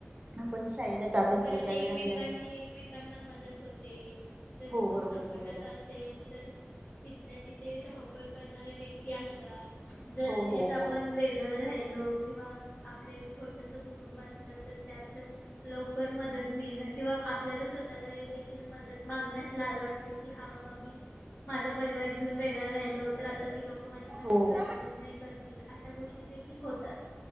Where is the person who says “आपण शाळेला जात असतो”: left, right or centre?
Right